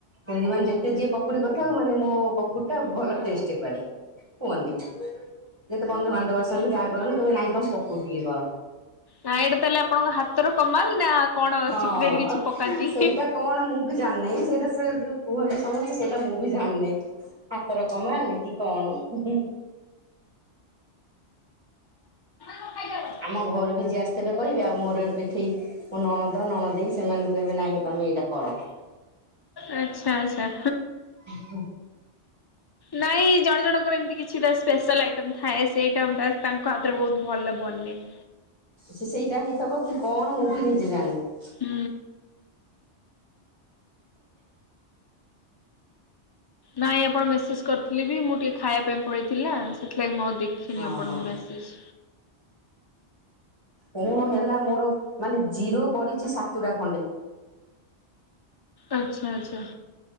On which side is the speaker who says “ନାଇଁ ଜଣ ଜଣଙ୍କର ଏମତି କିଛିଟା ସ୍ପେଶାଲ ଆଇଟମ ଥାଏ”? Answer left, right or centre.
Left